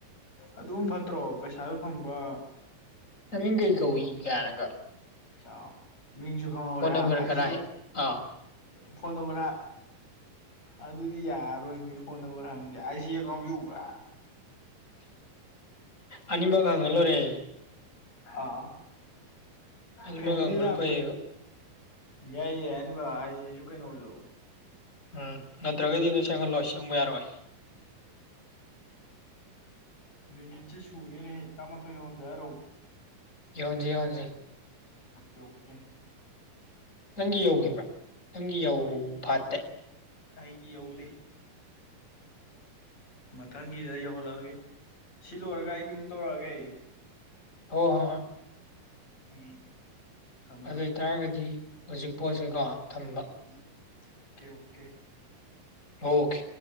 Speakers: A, on the left; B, on the left.
A: ꯑꯗꯨ ꯐꯠꯇ꯭ꯔꯣ ꯄꯩꯁꯥꯁꯨ ꯐꯪꯕ
B: ꯃꯃꯤꯡ ꯀꯩ ꯀꯧꯏ ꯀꯅꯪꯒ
A: ꯆꯥꯎ ꯃꯤꯡꯁꯨ ꯈꯪꯍꯧꯔꯦ
B: ꯅꯝꯕꯔ
A: ꯑꯩꯁꯤ
B: ꯀꯔꯥꯏ ꯑꯥ
A: ꯐꯣꯟ ꯅꯝꯕꯔ ꯍꯥꯏ ꯑꯗꯨꯗꯤ ꯌꯥꯔꯔꯣꯏ ꯃꯤ ꯐꯣꯟ ꯅꯝꯕꯔ ꯍꯪꯉꯗꯤꯦ ꯑꯥꯏ ꯁꯤ ꯑꯦ ꯀꯥꯎꯟ ꯄꯤꯎꯕ
B: ꯑꯅꯤꯕ ꯍꯉꯂꯣ ꯔꯦ
A: ꯑ
B: ꯑꯅꯤꯃꯛ
A: ꯐꯦꯃꯤꯂꯤ
B: ꯍꯪꯕꯅ
A: ꯂꯣꯏ
B: ꯐꯩꯌꯦꯕ
A: ꯌꯥꯏ ꯌꯥꯏ ꯑꯅꯤꯃꯛ ꯍꯥꯏꯁꯤꯁꯨ ꯀꯩꯅꯣꯁꯨ
B: ꯎꯝ ꯅꯠꯇ꯭ꯔꯒꯗꯤ ꯅꯣꯏ ꯁꯦꯡꯍꯜꯂꯣꯏ ꯁꯪꯕ ꯌꯥꯔꯣꯏ
A: ꯃꯤꯅꯤꯆ ꯁꯨꯔꯦꯅꯦ ꯍꯦꯇꯔ ꯃ ꯊꯣꯏ ꯍꯧꯖꯔꯣ
B: ꯌꯣꯟꯖꯤ ꯌꯣꯟꯟꯁꯤ
A: ꯑꯣꯀꯦ ꯑꯣꯀꯦ
B: ꯅꯪꯒꯤ ꯌꯧꯈꯤꯕ꯭ꯔꯥ ꯅꯪꯒꯤ ꯌꯧ
A: ꯑꯩꯒꯤ
B: ꯐꯥꯠꯇꯦ
A: ꯑꯩꯒꯤ ꯌꯧꯗꯦ ꯃꯊꯪꯒꯤꯗ ꯌꯧꯍꯜꯂꯛꯑꯒꯦ ꯁꯤ ꯂꯣꯏꯔꯒ ꯑꯩꯒꯤ ꯑꯃꯨꯛ ꯇꯧꯔꯛꯑꯒꯦ ꯑꯩ
B: ꯍ ꯍꯣꯏ
A: ꯎꯝ ꯊꯝꯃꯣ
B: ꯑꯗꯨ
A: ꯊꯝꯃꯣ
B: ꯑꯣꯏꯇꯥꯔꯒꯗꯤ ꯍꯧꯖꯤꯛ ꯄꯣꯠꯁꯤꯀꯣ ꯊꯝꯕ
A: ꯎꯝ ꯑꯣꯀꯦ ꯑꯣꯀꯦ
B: ꯑꯣꯀꯦ